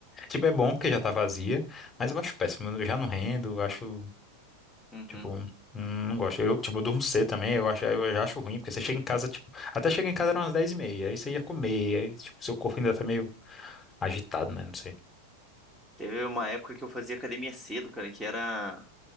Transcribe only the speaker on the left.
Tipo, é bom porque já tá vazia, mas eu acho péssimo, eu já não rendo, eu acho.
Tipo, hum, não gosto. Eu, tipo, eu durmo cedo também, eu acho, eu já acho ruim, porque você chega em casa, tipo, até chega em casa eram umas 10 e meia, aí você ia comer, aí, tipo, seu corpo ainda tá meio agitado, né? Não sei.